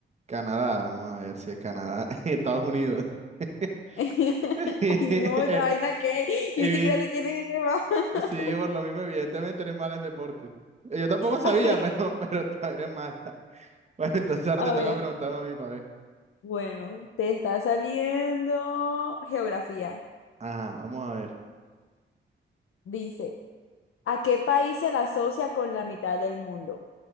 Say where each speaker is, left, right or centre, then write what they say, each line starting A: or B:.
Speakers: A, on the right; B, on the left.
A: Canadá, vamos a ver si es Canadá. <laughs> Estados Unidos. <laughs>
B: <laughs>
A: Eh,
B: Ay, no, esa vaina que yo
A: evi-
B: ni siquiera sé quién es ese man. <laughs>
A: Sí, por lo mismo, evidentemente eres mala en deporte. Eh, Yo tampoco sabía,
B: Ay,
A: pero, <laughs> pero ta- eres mala. Bueno, entonces ahora
B: a
A: te toca
B: ver,
A: preguntarme a mí para ver.
B: bueno, te está saliendo geografía.
A: Ajá, vamos a ver.
B: Dice, ¿a qué país se la asocia con la mitad del mundo?